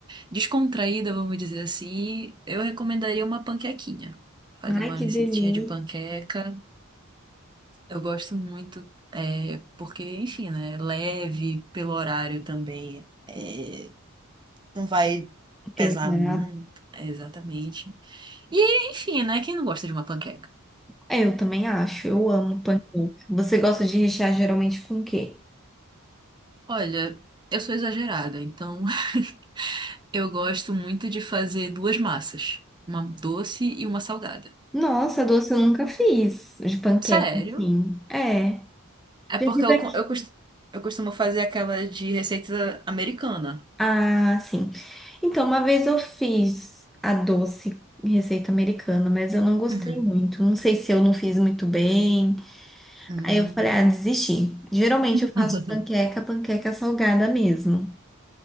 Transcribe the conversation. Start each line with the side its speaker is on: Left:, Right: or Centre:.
Right: descontraída, vamos dizer assim, eu recomendaria uma panquequinha. Fazer
Centre: Ai,
Right: uma
Centre: que
Right: receitinha
Centre: delícia.
Right: de panqueca. Eu gosto muito, é, porque, enfim, né? Leve pelo horário também. é, Não vai pesar
Centre: Pesado.
Right: muito. É, Exatamente. E, enfim, né? Quem não gosta de uma panqueca?
Centre: É, eu também acho. Eu amo panqueca. Você gosta de rechear geralmente com o quê?
Right: Olha, eu sou exagerada, então <laughs> eu gosto muito de fazer duas massas, uma doce e uma salgada.
Centre: Nossa, doce eu nunca fiz de panqueca,
Right: Sério?
Centre: assim. É.
Right: É porque
Centre: Já tive
Right: eu,
Centre: aqui.
Right: co- eu, cos- eu costumo fazer aquela de receita americana.
Centre: Ah, sim. Então, uma vez eu fiz a doce em receita americana, mas eu não gostei
Right: Uhum.
Centre: muito. Não sei se eu não fiz muito bem.
Right: Hum,
Centre: Aí eu falei, ah, desisti. Geralmente
Right: <laughs>
Centre: eu faço panqueca, panqueca salgada mesmo.